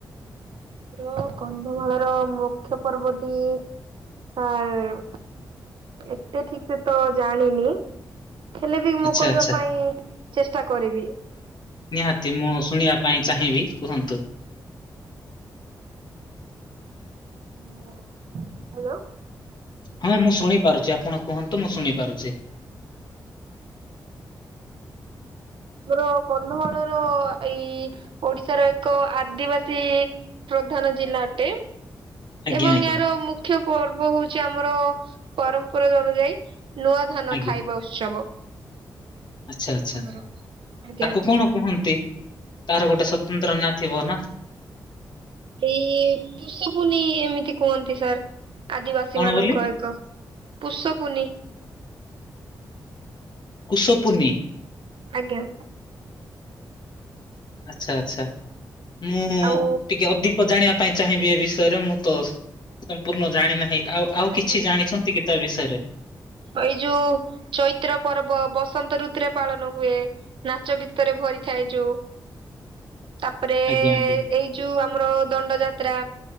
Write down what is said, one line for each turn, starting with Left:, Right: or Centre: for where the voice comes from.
Right: ଆମର କନ୍ଧମାଳର ମୁଖ୍ୟ ପର୍ବଟି। ସାର୍ ଏତେ ଠିକ ସେ ତ ଜାଣିନି। ହେଲେ ବି ମୁଁ
Left: ଆଚ୍ଛା
Right: କହିବା
Left: ଆଚ୍ଛା
Right: ପାଇଁ ଚେଷ୍ଟା କରିବି।
Left: ନିହାତି ମୁଁ ଶୁଣିବା ପାଇଁ ଚାହିଁବି କୁହନ୍ତୁ?
Right: ହଁ ହାଲୋ।
Left: ହଁ ମୁଁ ଶୁଣି ପାରୁଚି ଆପଣ କୁହନ୍ତୁ ମୁଁ ଶୁଣି ପାରୁଚି।
Right: ଆମର କନ୍ଧମାଳର ଏଇ ଓଡିଶାର ଏକ ଆଦିବାସୀ ପ୍ରଧାନ ଜିଲ୍ଲା ଅଟେ।
Left: ଆଜ୍ଞା
Right: ଏବଂ
Left: ଆଜ୍ଞା
Right: ଏହାର ମୁଖ୍ୟ ପର୍ବ ହଉଛି ଆମର ପରମ୍ପରା ଅନୁଯାୟୀ ନୂଆ ଧାନ
Left: ଆଜ୍ଞା
Right: ଖାଇବା ଉତ୍ସବ।
Left: ଆଚ୍ଛା ଆଚ୍ଛା
Right: ଆମର ଆଜ୍ଞା
Left: ତାକୁ କଣ କୁହନ୍ତି ତାର ଗୋଟେ ସ୍ଵତନ୍ତ୍ର ନା ଥିବ ନା?
Right: ଏଇ କୁଷପୁନେଇ ଏମିତି କୁହନ୍ତି ସାର୍। ଆଦିବାସୀ
Left: କଣ
Right: ମାନଙ୍କର
Left: ବୋଲି
Right: ତ ପୁଷୁ ପୁନେଇ।
Left: କୁଶପୁନେଈ?
Right: ଆଜ୍ଞା।
Left: ଆଚ୍ଛା ଆଚ୍ଛା ମୁଁ
Right: ଆଉ
Left: ଟିକେ ଅଧିକ୍ ତ ଜାଣିବା ପାଇଁ ଚାହିଁବି ଏ ବିଷୟରେ ମୁଁ ତ ସମ୍ପୂର୍ଣ୍ଣ ଜାଣି ନାହିଁ ଆଉ ଆଉ
Right: ଆଜ୍ଞା
Left: କିଛି
Right: ସାର୍
Left: ଜାଣିଛନ୍ତି
Right: ଏଇ ଯୋଉ
Left: କି ତା ବିଷୟରେ?
Right: ଏଇ ଯୋଉ ଚୈତ୍ର ପର୍ବ ବସନ୍ତ ଋତୁରେ ପାଳନ ହୁଏ। ନାଚ ଗୀତରେ ଭରିଥାଏ ଯୋଉ ତାପରେ
Left: ଆଜ୍ଞା ଆଜ୍ଞା
Right: ଏଇ ଯୋଉ ଆମର ଦଣ୍ଡ ଯାତ୍ରା